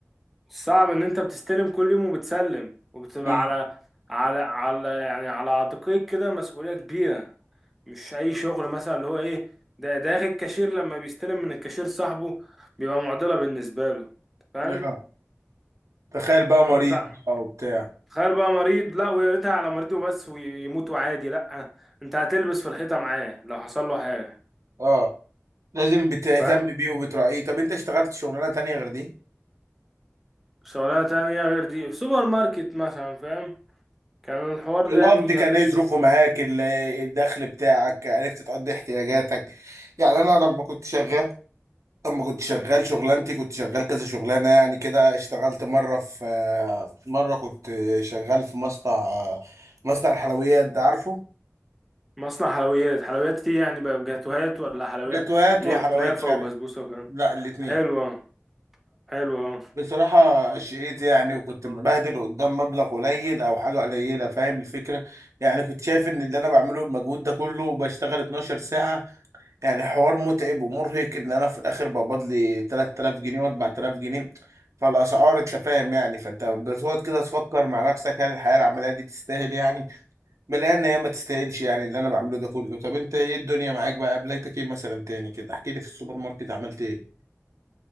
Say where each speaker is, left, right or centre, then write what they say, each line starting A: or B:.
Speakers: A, in the centre; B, on the right.
A: صعب ان انت بتستلم كل يوم وبتسلم وبتبقى
B: امم
A: على على على يعني على عاتقك كده مسؤولية كبيرة مش اي شغل مثلا اللي هو ايه ده داخل الكاشير لما بيستلم من الكاشير صاحبه بيبقى معضلة بالنسبة له فاهم
B: اه تخيل بقى مريض
A: فما تع-
B: او بتاع
A: تخيل بقى مريض لا ويا ريتها على مريض وبس ويموت وعادي لا انت هتلبس في الحيطة معاه لو حصل له حاجة
B: اه لازم بتهتم
A: فاهم
B: بيه وبتراعيه طب انت اشتغلت شغلانة تانية غير دي
A: شغلانة تانية غير دي في سوبر ماركت مثلا فاهم كان الحوار ده
B: القبض
A: يعني كان
B: كان
A: لسه
B: ايه ظروفه معاك ال- الدخل بتاعك عرفت تقضي احتياجاتك يعني انا لما كنت شغال اما كنت شغال شغلانتي كنت شغال كذا شغلانه يعني كده اشتغلت مره في مره كنت شغال في مصنع مصنع الحلويات ده عارفه
A: مصنع حلويات حلويات دي يعني بقى جاتوهات ولا حلويات
B: جاتوهات
A: اللي
B: وحلويات
A: هي كنافة
B: شرقي
A: وبسبوسة وكده
B: لا الاتنين
A: حلوة حلوة
B: بصراحه شقيت يعني وكنت مبهدل قدام مبلغ قليل او حاجه قليله فاهم الفكره يعني كنت شايف ان اللي انا بعمله المجهود ده كله بشتغل 12 ساعه يعني حوار متعب ومرهق ان انا في الاخر بقبض لي 3000 جنيه و4000 جنيه فالاسعار انت فاهم يعني فانت بتقعد كده تفكر مع نفسك هل الحياه العمليه دي تستاهل يعني بلاقي ان هي ما تستاهلش يعني اللي انا بعمله ده كله طب انت ايه الدنيا معاك بقى قابلتك ايه مثلا تاني كده احكي لي في السوبر ماركت عملت ايه